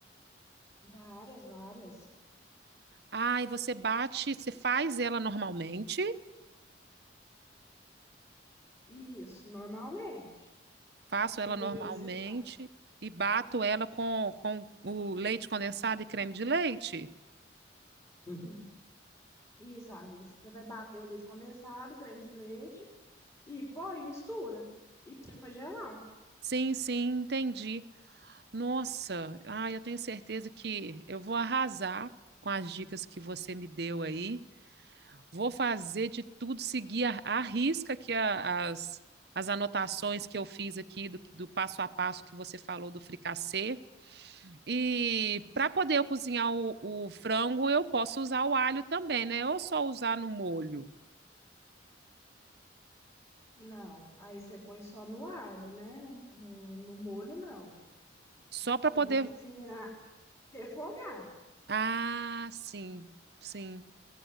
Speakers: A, on the left; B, on the right.
A: Várias, várias.
B: Ah, e você bate, você faz ela normalmente,
A: Isso, normalmente.
B: faço
A: Aí
B: ela
A: depois
B: normalmente
A: você vai. <laughs>
B: e bato ela com, com o leite condensado e creme de leite?
A: Uhum. Isso, amiga. Você vai bater o leite condensado, o creme de leite e põe, mistura. E põe pra gelar.
B: Sim, sim, entendi. Nossa, ah, eu tenho certeza que eu vou arrasar com as dicas que você me deu aí. Vou fazer de tudo, seguir a, a risca que a- as, as anotações que eu fiz aqui do, do passo a passo que você falou do fricassê. E para poder eu cozinhar o, o frango, eu posso usar o alho também, né? Ou só usar no molho?
A: Não, aí você põe só no alho, né? No, no, no molho, não.
B: Só para
A: Você
B: poder.
A: vai cozinhar, refogar.
B: Ah, sim, sim.